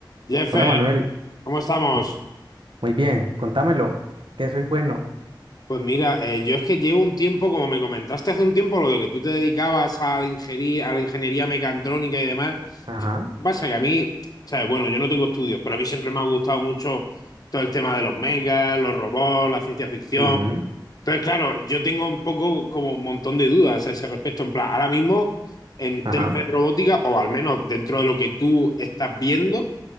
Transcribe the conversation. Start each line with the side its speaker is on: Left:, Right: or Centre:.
Left: Jefe,
Right: Hola Manuel,
Left: ¿cómo estamos?
Right: Mm, muy bien, contámelo, que soy bueno.
Left: Pues mira, eh, yo es que llevo un tiempo, como me comentaste hace un tiempo, lo de que tú te dedicabas a la ingeniería, a la ingeniería mecatrónica y demás.
Right: Ajá,
Left: ¿Qué pasa? Que a mí, sabes, bueno, yo no tengo estudios, pero a mí siempre me ha gustado mucho todo el tema de los megas, los robots, la ciencia ficción.
Right: ujú,
Left: Entonces, claro, yo tengo un poco como un montón de dudas a ese respecto. En plan, ahora mismo, en
Right: ajá,
Left: temas de robótica, o al menos dentro de lo que tú estás viendo,